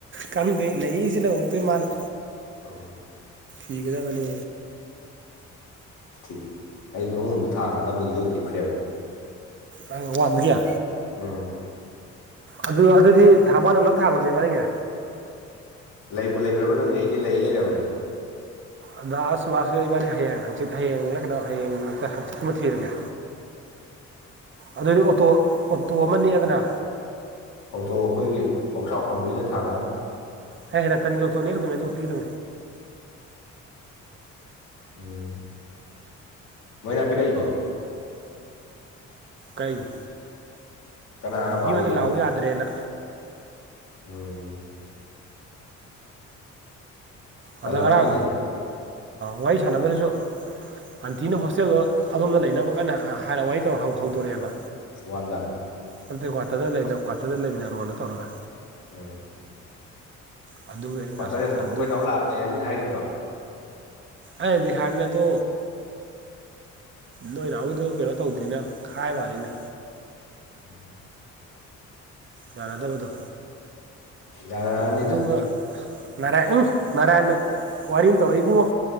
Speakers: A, on the right (about 40°); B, on the left (about 80°).
A: ꯀꯪꯗꯦ ꯂꯩꯔꯤꯁꯤꯅ ꯑꯃꯨꯛꯇꯣꯏ ꯃꯥꯅ
B: ꯑ
A: ꯄꯒꯗ ꯐꯅꯦ
B: ꯊꯤ ꯑꯩ ꯐꯃꯨꯡꯗ ꯊꯥꯡꯒꯗꯕꯅꯤ ꯌꯣꯠꯇꯔꯤ ꯐ꯭ꯔꯦꯝ
A: ꯑꯪ ꯋꯥꯕꯒꯤꯌꯥ
B: ꯎꯝ
A: ꯑꯗꯨ ꯑꯗꯨꯗꯤ ꯊ ꯃꯥꯗ ꯄꯨꯂꯞ ꯊꯥꯡꯉꯁꯦ ꯃꯥꯅꯤꯅꯦ
B: ꯂꯩꯕꯨ ꯂꯩꯕ꯭ꯔꯕ ꯅꯪꯗꯤ ꯑꯩꯗꯤ ꯂꯩ ꯂꯩꯔꯕꯅꯦ
A: ꯑꯗ ꯑꯁ ꯃꯥꯁ ꯂꯩ ꯏꯕꯥꯅꯤ ꯍꯌꯦꯡ ꯍꯥꯡꯆꯤꯠ ꯍꯌꯦꯡꯂ ꯂꯩ ꯀꯩꯅꯣ ꯍꯌꯦꯡ ꯍꯥꯡꯆꯤꯠꯃ ꯊꯤꯔꯒꯦ
B: ꯎ
A: ꯑꯗꯨ ꯑꯣꯏꯏꯗꯤ ꯑꯣꯇꯣ ꯑꯣꯇꯣ ꯑꯃ ꯅꯦꯛꯑꯒꯅ
B: ꯑꯣꯇꯣ ꯑꯩꯈꯣꯏꯒꯤ ꯑꯣꯛꯆꯥꯎ ꯍꯣꯟꯕꯒꯤꯅ ꯊꯥꯡꯉꯒ
A: ꯍ ꯔꯇꯟꯒꯤ ꯇꯅꯤꯗ ꯑꯗꯨ ꯇꯤꯔ
B: ꯎꯝ ꯃꯣꯏꯅꯥꯅꯥꯄꯤ ꯀꯥꯏꯕ
A: ꯀꯩꯅꯦ
B: ꯀꯅꯥ ꯀꯅꯥ
A: ꯑꯟꯕꯤ
B: ꯄꯥꯔꯤꯒꯦꯕ
A: ꯑꯣꯗ ꯂꯥꯛꯑꯣ ꯌꯥꯗ꯭ꯔꯦꯅ
B: ꯎꯝ
A: ꯑꯗ
B: ꯇꯜꯂꯝꯃꯅꯤꯌꯦ
A: ꯉꯔꯥꯡ ꯋꯥꯔꯤ ꯁꯥꯟꯅꯕꯗꯨꯁꯨ ꯑꯟꯇꯤꯅ ꯍꯣꯁꯇꯦꯜꯗꯣ ꯑꯗꯣꯝꯗ ꯂꯩꯅꯕ ꯀꯟꯅ ꯍꯥꯏꯔ ꯋꯥꯔꯤ ꯇꯧꯔ ꯍꯧꯗꯣꯔꯛꯑꯦꯕ
B: ꯋꯥꯟꯗ
A: ꯅꯠꯇꯦ ꯀ꯭ꯋꯥꯇꯔꯗ ꯂꯩ ꯀ꯭ꯋꯥꯇꯔꯗ ꯂꯩꯃꯤꯟꯅꯔꯣꯅ ꯇꯧꯔꯒ
B: ꯎꯝ
A: ꯑꯗꯨꯒꯤ ꯑꯩꯅ ꯗꯥ
B: ꯀ ꯇꯔꯦꯠ
A: ꯁꯨꯕꯥꯁꯇ
B: ꯑꯩꯈꯣꯏ
A: ꯑꯗꯨ
B: ꯇ ꯂꯥꯛꯂꯔꯅꯤꯅ ꯍꯥꯏꯈꯤꯗ꯭ꯔꯣ
A: ꯑ ꯕꯤꯍꯥꯅꯗ ꯅꯣꯏ ꯅꯍꯎꯏꯗ ꯀꯩꯅꯣ ꯇꯧꯗ꯭ꯔꯤꯅ ꯈꯥꯏ ꯃꯥꯅꯤꯅꯦ
B: ꯎꯝ
A: ꯌꯥꯅꯗꯕꯗꯣ
B: ꯌꯥꯅꯔꯛꯑꯅꯤꯗ
A: ꯎꯝ ꯑꯗꯨꯒ ꯅꯔꯥ ꯎꯝ ꯅꯔꯥꯅ ꯋꯥꯔꯤ ꯇꯧꯔꯛ ꯏꯕꯨꯡꯉꯣ